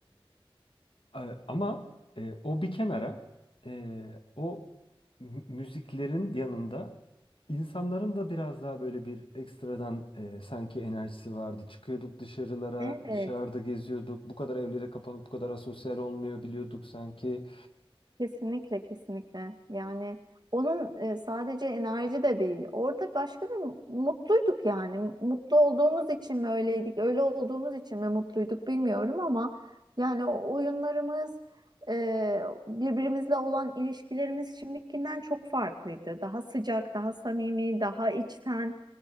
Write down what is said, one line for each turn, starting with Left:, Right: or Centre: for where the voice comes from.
Left: E, Ama e, o bir kenara e, o mü- müziklerin yanında insanların da biraz daha böyle bir ekstradan e, sanki enerjisi vardı. Çıkıyorduk dışarılara,
Right: Evet.
Left: dışarıda geziyorduk. Bu kadar evlere kapanıp bu kadar asosyal olmuyor biliyorduk sanki.
Right: Kesinlikle kesinlikle. Yani onun e, sadece enerji de değil. Orada başka bir mu- mutluyduk yani. Mutlu olduğumuz için mi öyleydik, öyle olduğumuz için mi mutluyduk bilmiyorum ama yani o oyunlarımız, e, birbirimizle olan ilişkilerimiz şimdikinden çok farklıydı. Daha sıcak, daha samimi, daha içten,